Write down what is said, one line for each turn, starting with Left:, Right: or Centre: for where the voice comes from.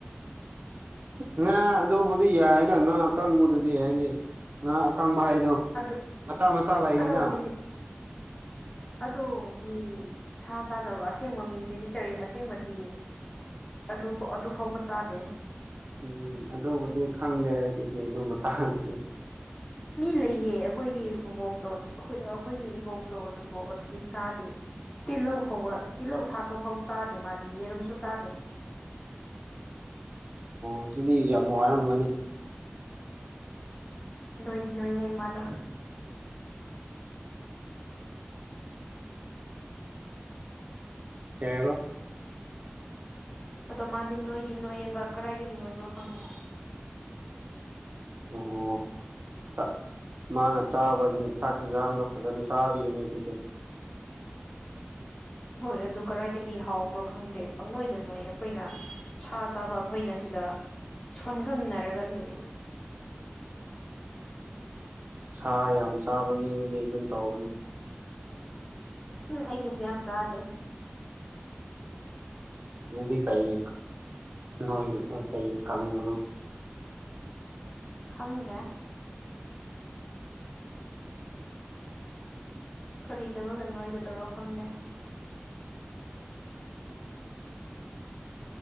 Right: ꯉꯥ ꯑꯗꯨꯕꯨꯗꯤ ꯌꯥꯏꯅ ꯉꯥ ꯑꯀꯪꯕꯗꯨꯗꯤ ꯍꯥꯏꯗꯤ ꯉꯥ ꯑꯀꯪꯕ ꯍꯥꯏ ꯑꯗꯣ
Left: ꯑꯗꯨ
Right: ꯃꯆꯥ ꯃꯆꯥ ꯂꯩꯅ
Left: ꯑꯗꯣ ꯚꯤꯖꯤ ꯑꯗꯣ ꯃꯤ ꯁꯥ ꯆꯥꯗꯕ ꯑꯁꯦꯡꯕ ꯃꯤ ꯚꯦꯖꯤꯇꯦꯔꯤꯌꯟ ꯑꯁꯦꯡꯕꯗꯤ ꯑꯗꯨ ꯑꯗꯨ ꯐꯥꯎꯕ ꯆꯥꯗꯦ
Right: ꯎꯝ ꯑꯗꯨꯕꯨꯗꯤ ꯈꯪꯗꯦ ꯑꯩꯗꯨꯗꯤ ꯑꯗꯨ ꯃꯇꯥꯡꯗꯤ
Left: ꯃꯤ ꯂꯩꯌꯦ ꯑꯩꯈꯣꯏꯒꯤ ꯄꯨꯕꯣꯛꯇꯣ ꯑꯩꯈꯣꯏꯒꯤ ꯏꯕꯣꯛꯇꯣ ꯑꯗꯨꯕꯨ ꯑꯗꯨꯗꯤ ꯆꯥꯗꯦ ꯇꯤꯜꯍꯧ ꯐꯥꯎꯕ ꯇꯤꯜꯍꯧ ꯊꯥꯛꯄ ꯐꯥꯎ ꯆꯥꯗꯦ ꯃꯥꯗꯤ ꯌꯦꯔꯨꯝꯁꯨ ꯆꯥꯗꯦ
Right: ꯑꯗꯨꯨꯗꯤ ꯌꯥꯝ ꯋꯥꯔꯝꯒꯅꯤ
Left: ꯅꯣꯏꯗꯤ ꯅꯣꯏꯍꯦ ꯃꯥꯗꫭ
Right: ꯀꯩ ꯍꯥꯏꯕ
Left: ꯑꯗꯣ ꯃꯥꯗꯤ ꯅꯣꯏꯗꯤ ꯅꯣꯏꯌꯦꯕ ꯀꯗꯥꯏꯗꯒꯤ ꯅꯣꯏꯕ꯭ꯔꯣ ꯈꯪꯗꯦ
Right: ꯑꯣ ꯆꯥꯛ ꯃꯥꯅ ꯆꯥꯕꯅꯤ ꯆꯥꯛ ꯏꯟꯖꯥꯡꯗꯣ ꯐꯖꯅ ꯆꯥꯕꯤꯔꯤꯅꯤ ꯑꯗꯨꯗꯤ
Left: ꯍꯣꯏ ꯑꯗꯨ ꯀꯗꯥꯏꯗꯒꯤ ꯍꯥꯎꯕ꯭ꯔꯣ ꯈꯪꯗꯦ ꯄꯪꯪꯅꯣꯏꯗꯅꯣꯏ ꯑꯩꯈꯣꯏꯅ ꯁꯥ ꯆꯥꯕ ꯑꯩꯈꯣꯏꯅ ꯁꯤꯗ ꯁꯣꯟꯒꯪꯅꯔꯒ ꯂꯩꯌꯦ
Right: ꯁꯥ ꯌꯥꯝ ꯆꯥꯕ ꯃꯤꯗꯨꯗꯤ ꯑꯗꯨꯝ ꯇꯧꯕꯅꯤ
Left: ꯎꯝ ꯑꯩ ꯀꯩꯁꯨ ꯌꯥꯝ ꯆꯥꯗꯦ
Right: ꯗꯨꯗꯤ ꯀꯩꯒꯤ ꯅꯣꯏ ꯀꯩꯒꯤ ꯀꯪꯕꯅꯣ
Left: ꯈꯪꯗ꯭ꯔꯦ ꯀꯔꯤ ꯇꯧꯔꯒ ꯅꯣꯏꯒꯗꯧꯔꯣ ꯈꯪꯗꯦ